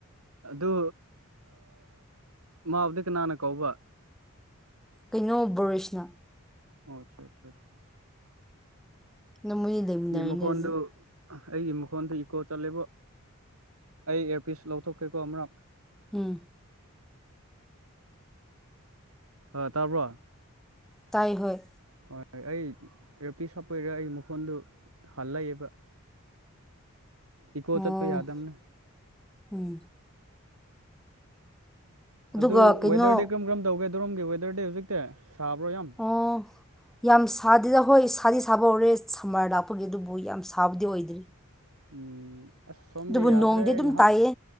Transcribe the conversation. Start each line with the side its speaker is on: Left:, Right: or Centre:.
Right: ꯑꯗꯨ ꯃꯥꯕꯨꯗꯤ ꯀꯅꯥꯅ ꯀꯧꯕ
Centre: ꯀꯩꯅꯣ ꯕꯣꯔꯤꯁꯅ
Right: ꯑꯣ ꯑꯆꯥ ꯑꯆꯥ ꯑ
Centre: ꯅ ꯃꯣꯏꯅ ꯂꯩꯃꯤꯟꯅꯔꯤꯅꯦ
Right: ꯃꯈꯣꯟꯗꯨ
Centre: ꯍꯧꯖꯤꯛ
Right: ꯑꯩꯒꯤ ꯃꯈꯣꯟꯗ ꯏꯀꯣ ꯆꯠꯂꯦꯕꯣ ꯑꯩ ꯏꯌꯥꯔꯄꯤꯁ ꯂꯧꯊꯣꯛꯀꯦꯀꯣ ꯑꯃꯛ
Centre: ꯎꯝ
Right: ꯑ ꯇꯥꯔꯕ꯭ꯔꯣ
Centre: ꯇꯥꯏ ꯍꯣꯏ
Right: ꯍꯣꯏ ꯍꯣꯏ ꯑꯩ ꯔꯣꯄꯤ ꯍꯥꯞꯄꯣꯏꯔꯥ ꯑꯩ ꯃꯈꯣꯟꯗꯨ ꯍꯜꯂꯛꯏꯕ ꯏꯀꯣ
Centre: ꯑꯣ
Right: ꯆꯠꯄ ꯌꯥꯗꯝꯕꯅ
Centre: ꯎꯝ ꯑꯗꯨꯒ
Right: ꯑꯗꯨ
Centre: ꯀꯩꯅꯣ
Right: ꯋꯦꯗꯔꯗꯤ ꯀꯔꯝ ꯀꯔꯝ ꯇꯧꯒꯦꯗꯣꯔꯣꯝꯒꯤ ꯋꯦꯗꯔꯗꯤ ꯍꯧꯖꯤꯛꯇꯤ ꯁꯥꯕ꯭ꯔꯣ ꯌꯥꯝ
Centre: ꯑꯣ ꯌꯥꯝ ꯁꯥꯗꯦꯗ ꯍꯣꯏ ꯁꯥꯗꯤ ꯁꯥꯕ ꯍꯧꯔꯦ ꯁꯝꯃꯔ ꯂꯥꯞꯄꯒꯤꯦ ꯑꯗꯨꯕꯨ ꯌꯥꯝ ꯁꯥꯕꯨꯗꯤ ꯑꯣꯏꯗ꯭ꯔꯤ
Right: ꯎꯝ ꯑꯁ ꯁꯣꯝꯗꯤ
Centre: ꯑꯗꯨꯕꯨ
Right: ꯌꯥꯗ꯭ꯔꯦ
Centre: ꯅꯣꯡꯗꯤ ꯑꯗꯨꯝ
Right: ꯉꯥꯏꯍꯥꯛ
Centre: ꯇꯥꯏꯌꯦ